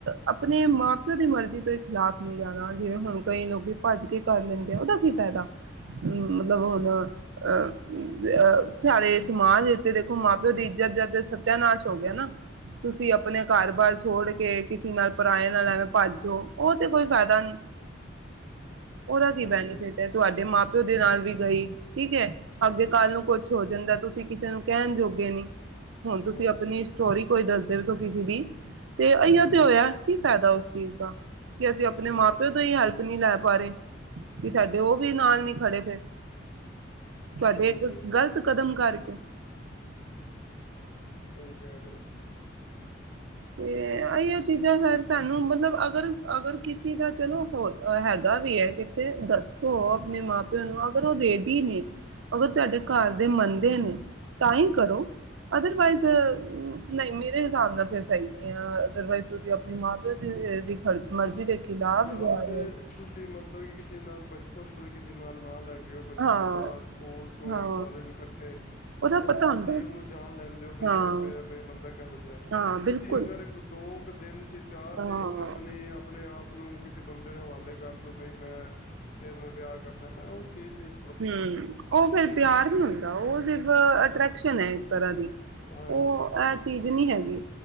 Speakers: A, on the right (about 80°); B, on the left (about 45°).
A: ਆਪਣੇ ਮਾਂ ਪਿਓ ਦੀ ਮਰਜ਼ੀ ਦੇ ਖਿਲਾਫ਼ ਨੀ ਜਾਣਾ ਜਿਵੇਂ ਹੁਣ ਕਈ ਲੋਕੀ ਭੱਜ ਕੇ ਕਰ ਲੈਂਦੇ ਆ ਉਹਦਾ ਕੀ ਫ਼ਾਇਦਾ ਹੱਮ ਮਤਲਬ ਹੁਣ ਅ ਊ ਆ ਸਾਰੇ ਸਮਾਜ ਤੇ ਦੇਖੋ ਮਾਂ ਪਿਓ ਦੀ ਇੱਜ਼ਤ ਦਾ ਤੇ ਸਤਾਯਾਨਾਸ਼ ਹੋ ਗਿਆ ਨਾ ਤੁਸੀਂ ਆਪਣੇ ਘਰ ਬਾਰ ਛੋੜ ਕੇ ਕਿਸ ਨਾਲ਼ ਪਰਾਏ ਨਾਲ ਐਵੇ ਭਾਜੋ ਉਹ ਤੇ ਕੋਈ ਫਾਇਦਾ ਨੀ। ਉਹਦਾ ਦੀ
B: ਹਾਂਜੀ
A: ਬੈਨੀਫਿਟ ਹੈ ਤੁਹਾਡੇ ਮਾਂ ਪਿਓ ਦੇ ਨਾਲ ਵੀ ਗਈ ਠੀਕ ਹੈ,
B: ਹੂੰ
A: ਅੱਗੇ ਕੱਲ ਨੂੰ ਕੁਛ ਹੋ ਜਾਂਦਾ ਤੁਸੀਂ ਕਿਸੇ ਨੂੰ ਕਹਿਣ ਜੋਗੇ ਨੀ ਹੁਣ ਤੁਸੀਂ
B: ਹਾਂਜੀ
A: ਆਪਣੀ ਹੋਰ ਹੀ ਕੋਈ ਦੱਸਦੇ ਸੋਂ ਕਿਸੇ ਦੀ ਤੇ ਇਹ ਯੋ ਤੇ ਹੋਇਆ ਕੀ ਫਾਇਦਾ ਉਸ ਚੀਜ਼ ਦਾ। ਕਿ ਅਸੀ ਆਪਣੇ
B: ਹੂੰ
A: ਮਾਂ ਪਿਓ ਤੋਂ ਹੀ ਹੈਲਪ ਨੀ ਲੈ ਪਾਰੇ ਕਿ ਸਾਡੇ ਉਹ ਵੀ ਨਾਲ ਨੀ ਖੜੇ ਫੇਰ ਤੁਹਾਡੇ
B: ਹਾਂਜੀ
A: ਇੱਕ ਗਲ ਤ ਕਦਮ ਕਰਕੇ।
B: ਸਹੀ ਕਹਿ ਰਹੇ ਹੋ।
A: ਤੇ ਐਓ ਚੀਜ਼ਾਂ ਫਿਰ ਸਾਨੂੰ ਮਤਲਬ ਅਗਰ-ਅਗਰ ਕਿਸੀ ਦਾ ਚਲੋ ਹੋ ਹੈਗਾ ਵੀ ਹੈ ਕਿ ਤੇ ਦੱਸੋ ਆਪਣੇ ਮਾਂ ਪਿਓ ਨੂੰ ਅਗਰ ਉਹ ਰੇਡੀ ਨੇ ਅਗਰ ਤੁਹਾਡੇ ਘਰ ਦੇ ਮੰਨਦੇ ਨੇ ਤਾ ਹੀ ਕਰੋ। ਅਦਰਵਾਈਜ਼ ਨ ਨਈ ਮੇਰੇ ਹਿਸਾਬ ਨਾਲ ਫੇਰ ਸਈ ਆ ਅਦਰ ਵਾਇਸ ਤੁਸੀਂ ਆਪਣੇ ਮਾਂ ਪਿਓ ਦੀ ਮਰਜ਼ੀ ਦੇ ਖਿਲਾਫ
B: ਜਾਂ
A: ਜਾ ਰਹੇ
B: ਤੇ
A: ਹੋ
B: ਤੁਸੀਂ ਮਤਲਬ ਕਿ ਕਿਸੇ ਨਾਲ ਬਚਪਨ ਤੋ ਹੀ ਕਿਸੇ ਨਾਲ, ਨਾਲ ਹੈਗੇ ਹੋ। ਬਚਪਨ
A: ਹਾਂ
B: ਕਲਾਸ ਸਕੂਲ ਤੋਂ
A: ਹਾਂ
B: ਹੀ ਕਾਲਜ ਕੱਠੇ।
A: ਉਹਦਾ
B: ਉਹ
A: ਪਤਾ
B: ਤੁਸੀਂ
A: ਹੁੰਦਾ
B: ਉਹਨੂੰ ਜਾਣ ਲੈਂਣਦੇ ਹੋ ਬਈ
A: ਹਾਂ
B: ਇਹ ਬ ਬੰਦਾ ਕਿਹੋ ਜਿਹਾ।
A: ਹਾਂ ਬਿਲਕੁਲ
B: ਤੁਸੀਂ ਅਗਰ ਦੋ ਕੁ ਦਿਨ ਚ ਹਰ
A: ਹਾਂ
B: ਦਿਨ ਚ ਆਪਣੇ-ਆਪਣੇ ਆਪ ਨੂੰ ਕਿਸੇ ਬੰਦੇ ਦੇ ਹਵਾਲੇ ਕਰ ਦਿਓ ਬਈ ਮੈਂ ਤੇਰੇ ਨਾਲ਼ ਵਿਅ ਵਿਆਹ ਕਰਨਾ ਮੈਂ ਉਹ ਚੀਜ਼ ਨੀ
A: ਹਮ ਉਹ ਫੇਰ ਪਿਆਰ ਨੀ ਹੁੰਦਾ ਉਹ ਸਿਰਫ ਅਟਰ੍ਰੈਕਸ਼ਨ ਹੈ ਇੱਕ ਤਰ੍ਹਾਂ ਦੀ।
B: ਹਾਂਜੀ!
A: ਉਹ ਇਹ ਚੀਜ਼ ਨਹੀ,,,,,,, ਹੈਗੀ